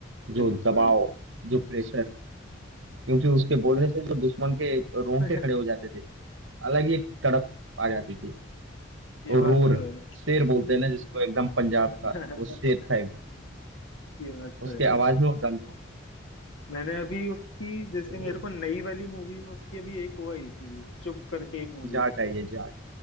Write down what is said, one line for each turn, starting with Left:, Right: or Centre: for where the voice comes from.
Right: जो
Left: बिल्कुल
Right: दबाव जो प्रेशर क्योंकि उसके बोलने से जो दुश्मन के रोंगटे
Left: <laughs>
Right: खड़े हो जाते थे अलग ही एक तड़प आ जाती थी
Left: ये
Right: और
Left: बात
Right: रोर
Left: तो है
Right: शेर बोलते हैं ना जिसको एकदम पंजाब
Left: <laughs>
Right: का वो शेर था एकदम
Left: ये बात तो
Right: उसके
Left: है
Right: आवाज में वो दम था
Left: मैंने अभी उसकी जैसे
Right: तो
Left: मेरे
Right: ये
Left: को नई वाली मूवी में उसकी अभी एक वो आई थी चुप करके एक मूवी
Right: जा चाहिए जा